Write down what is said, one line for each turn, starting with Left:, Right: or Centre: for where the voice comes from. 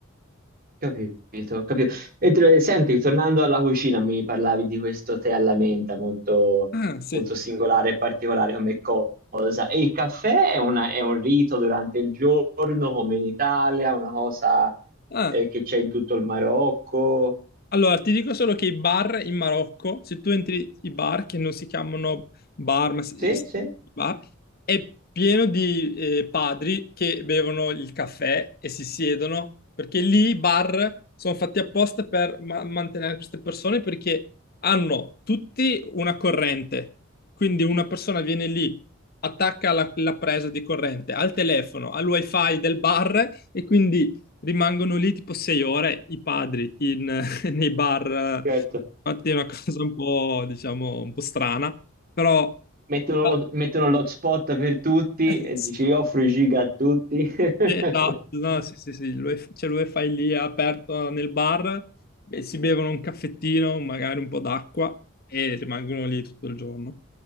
Right: Capito, capito. Mentre, senti, tornando alla cucina, mi parlavi di questo tè alla menta, molto,
Left: Ah, sì.
Right: molto singolare e particolare come cosa. E il caffè è, una- è un rito durante il giorno, come in Italia, una cosa
Left: Ah.
Right: eh, che c'è in tutto il Marocco.
Left: Allora, ti dico solo che i bar in Marocco, se tu entri i bar che non si chiamano bar, ma si-
Right: Sì,
Left: eh, si-
Right: sì.
Left: bar, è pieno di eh, padri che bevono il caffè e si siedono, perché lì i bar sono fatti apposta per ma- mantenere queste persone perché hanno tutti una corrente. Quindi una persona viene lì, attacca la, la presa di corrente al telefono, al wifi del bar e quindi rimangono lì tipo sei ore i padri in nei bar.
Right: Certo.
Left: Infatti è una cosa un po', diciamo, un po' strana, però
Right: Mettono
Left: i bar-
Right: lo- mettono l'hotspot per tutti
Left: <laughs>
Right: e
Left: sì,
Right: dici io offro i giga a tutti. <laughs>
Left: esatto, no, sì, sì, sì, l'UEF c'è l'UEFI lì aperto nel bar, e si bevono un caffettino, magari un po' d'acqua e rimangono lì tutto il giorno.